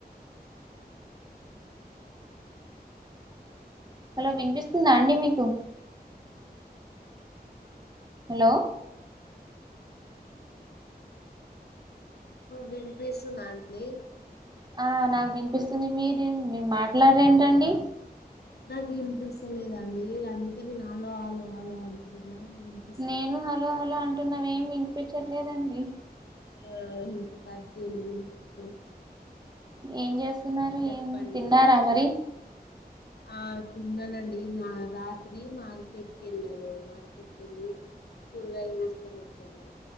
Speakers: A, on the right; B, on the left.
A: హలో వినిపిస్తుందా అండి మీకు హలో
B: విన్పిస్తానండి
A: ఆ నాకు వినిపిస్తుంది మీరే మీరు మాట్లాడరేంటండి
B: నాకు వినిపిస్తలేదండి అందుకే నేను హలో ఆలో ఆలో అంటున్నా వినిపిస్తలేదు
A: నేను హలో హలో అంటున్నావేమి వినిపించట్లేదండి
B: అవునా ఆ ఇంక కట్ చై ఎందుకు
A: ఏం చేస్తున్నారు
B: చెప్పండి
A: ఏం తిన్నారా మరి
B: ఆ తిన్నానండి నా రాత్రి మార్కెట్కి వెళ్ళాను కెళ్ళి కూరగాయలు తీస్కుని వచ్చాను